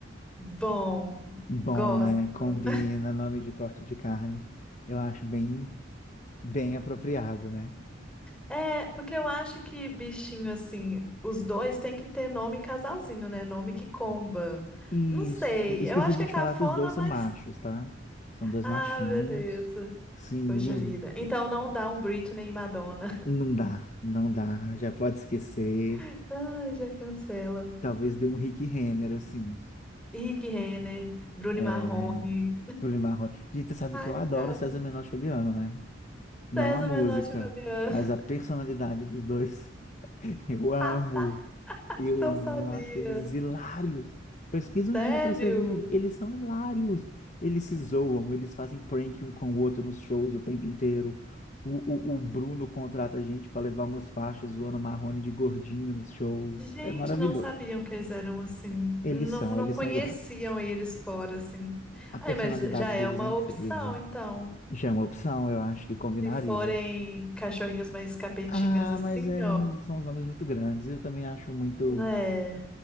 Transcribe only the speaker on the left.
Bom,
né? Combina nome de corte de carne. Eu acho bem, bem apropriado, né?
Isso.
Esqueci
de
te
falar que os dois
são machos, tá? São dois
machinhos.
Sim,
os
Não dá, não dá, já pode esquecer.
Talvez dê um Rick Renner, assim.
É,
Bruno Marrone. Gente, você sabe
que eu adoro
o César Menotti e Fabiano, né? Não
a música,
mas
a personalidade dos dois. <laughs> Eu amo.
Eu
amo,
eu acho eles hilários. Pesquisa
um dia pra você ver. Eles são hilários. Eles se zoam, eles fazem prank um com o outro nos shows o tempo inteiro. O, o, o Bruno contrata a gente pra levar umas faixas zoando Marrone de gordinho nos shows.
É maravilhoso.
Eles
são,
eles
são hilários.
A
personalidade
deles
é incrível.
Já é uma opção, eu acho que combinaria.
Ah,
mas é,
são os nomes muito grandes. Eu também acho muito,